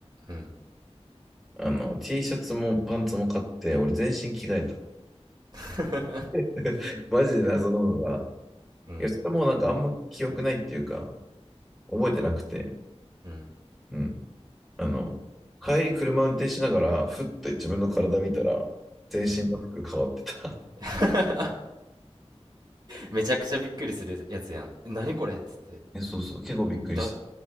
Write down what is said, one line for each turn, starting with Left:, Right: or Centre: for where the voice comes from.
Right: うん、
Centre: あの、T シャツもパンツも買って、俺全身着替えた。
Right: <laughs>
Centre: <laughs> マジで謎なのが、
Right: うん、
Centre: いや、それもなんかあんま記憶ないっていうか、覚えてなくて、
Right: うん、
Centre: うん。あの、帰り車運転しながら、ふっと自分の体見たら、全身の服変わってた。
Right: うん。<laughs> めちゃくちゃびっくりするやつやん。え何これっつって。
Centre: <laughs> え、そうそう、結構びっくりした。
Right: だ、